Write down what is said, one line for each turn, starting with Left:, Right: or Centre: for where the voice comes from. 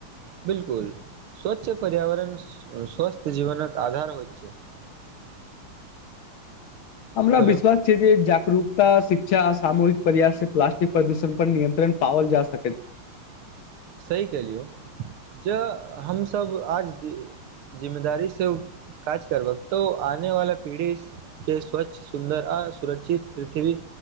Right: बिलकुल स्वच्छ पर्यावरण स्वस्थ जीवनकक आधार होइत छै।
Left: हमरा
Right: हेलो
Left: विश्वास छै जे जागरूकता शिक्षा सामूहििक प्रयास से प्लास्टिक प्रदूषण पर निियत्रण पओल जा सकै
Right: सी कह लियौ जँ हमसब आज जिम्मेदारीसँ काज करबक तऽ आनेवालला पीढ़ीके स्वच्छ सुन्दर आ सुरक्षित पृथ्वी